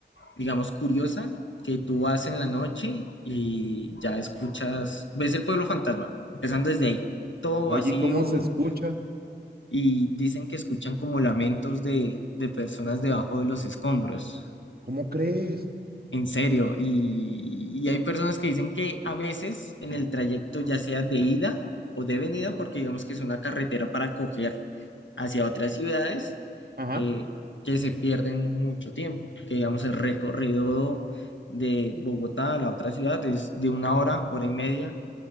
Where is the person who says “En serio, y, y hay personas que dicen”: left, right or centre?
Left